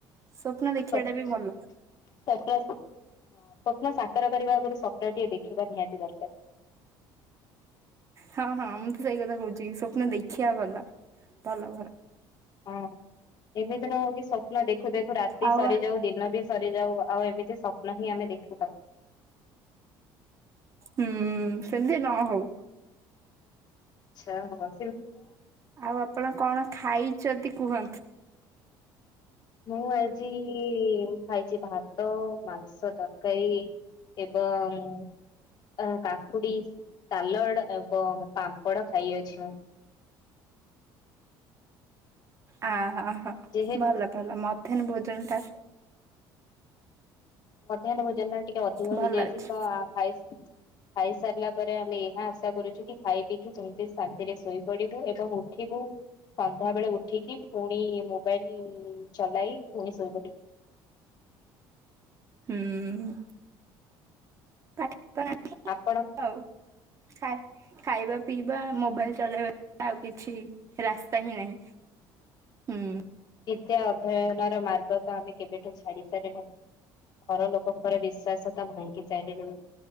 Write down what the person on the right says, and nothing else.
ସ୍ୱପ୍ନ ଦେଖିବା
ଟା ବି ଭଲ
ହଁ ହଁ ମୁଁ ତ ସେଇ କଥା କହୁଚି ସ୍ଵ ପ୍ନ ଦେଖିବା ଭଲ ଭଲ ଭଲ।
ଆଉ
ହୁଁ ସେମିତି ନ ହଉ
ଆଉ ଆପଣ କଣ ଖାଇଚନ୍ତି କୁହ
ଆହୋ ହୋ
ଭଲ ଭଲ ମଧ୍ୟାହ୍ନ ଭୋଜନ ଟା
ଭଲ
ଅଛି
ହୁଁ <unintelligible>
ଆଉ। ଖାଇ ଖାଇବା ପିଇବା ମୋବାଇଲ ଚଲେଇବା ଆଉ କିଛି ରାସ୍ତା ହିଁ ନାହିଁ ହୁଁ।